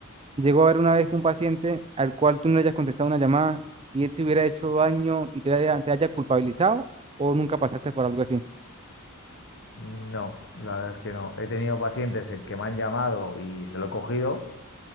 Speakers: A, on the right (about 25°); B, on the left (about 55°).
A: llegó a haber una vez un paciente al cual tú no le hayas contestado una llamada y él se hubiera hecho daño y te haya, te haya culpabilizado o nunca pasaste por algo así.
B: No, la verdad es que no. He tenido pacientes en que me han llamado y se lo he cogido,